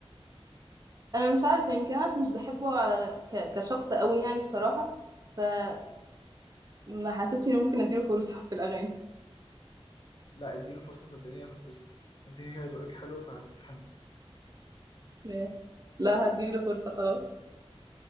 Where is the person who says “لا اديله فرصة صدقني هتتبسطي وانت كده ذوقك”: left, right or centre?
Left